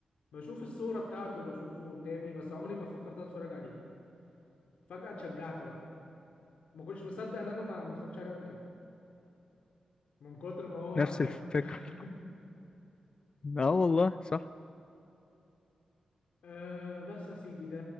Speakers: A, on the left; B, on the left.
A: بشوف الصورة بتاعته بشوفه قدامي بس عمري ما فكرت اتفرج عليه فجأة اتشجعت بقى ما كنتش مصدق ان انا ما ما اتفرجتش عليه قبل كده من كتر ما هو
B: نفس
A: حلو
B: الفكرة
A: <laughs>
B: اه والله صح
A: أه بس يا سيدي ده